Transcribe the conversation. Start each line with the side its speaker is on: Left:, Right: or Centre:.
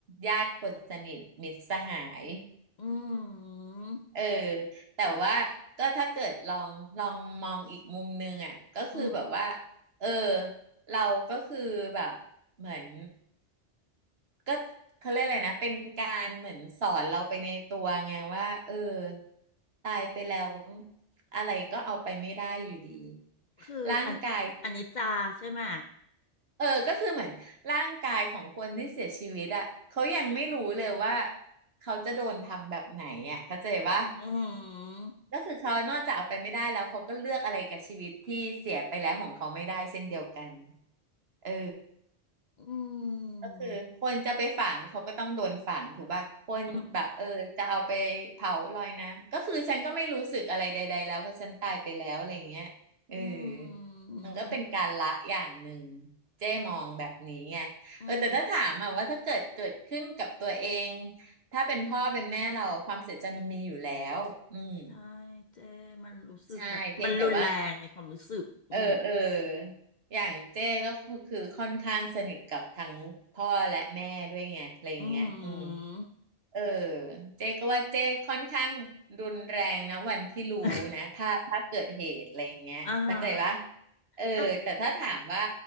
Right: ญาติคนสนิทมิตรสหาย
Left: อืม
Right: เออแต่ว่าก็ถ้าเกิดลองลองมองอีกมุมนึงอ่ะก็คือแบบว่า
Left: อืม
Right: เออเราก็คือแบบเหมือนก็เขาเรียกอะไรนะเป็นการเหมือนสอนเราไปในตัวไงว่าเออตายไปแล้วอะไรก็เอาไปไม่ได้อยู่ดี
Left: คืออันอันนี้จาใช่ไหม
Right: ร่างกาย เออก็คือเหมือนร่างกายของคนที่เสียชีวิตอ่ะเขายังไม่รู้เลยว่าเขาจะโดนทำแบบไหนอ่ะเข้าใจปะ
Left: อืม
Right: ก็คือเขานอกจากเอาไปไม่ได้แล้วเขาก็เลือกอะไรกับชีวิตที่เสียไปแล้วของเขาไม่ได้เช่นเดียวกันเออ
Left: อื
Right: ก็คือคนจะไปฝังเขาก็ต้องโดนฝังถูกป่ะคนแบบเออจะเอาไปเผาลอยน้ำก็คือฉันก็ไม่รู้สึกอะไรใดๆแล้วเพราะฉันตายไปแล้วอะไรอย่างเงี้ยเออ
Left: มอืมอืม
Right: มันก็เป็นการละอย่างหนึ่งเจ้มองแบบนี้ไงเออแต่ถ้าถามอะว่าถ้าเกิดเกิดขึ้นกับตัวเอง
Left: อืม
Right: ถ้าเป็นพ่อเป็นแม่เราความเสียใจมันมีอยู่แล้วอืม
Left: ใช่เจมันรู้สึกแบบมันรุนแรงในความรู้สึกอืม
Right: ใช่เพียงแต่ว่า เออเอออย่างเจ้ก็คือคือค่อนข้างสนิทกับทั้งพ่อและแม่ด้วยไงอะไรอย่างเงี้ยอืม
Left: อืม
Right: เออเจ๊ก็ว่าเจ๊ค่อนข้างรุนแรงนะวันที่รู้นะถ้าถ้าเกิดเหตุอะไรอย่างเงี้ยเข้าใจปะ
Left: <laughs> อ่าฮะ
Right: เออแต่ถ้าถามว่า
Left: แล้ว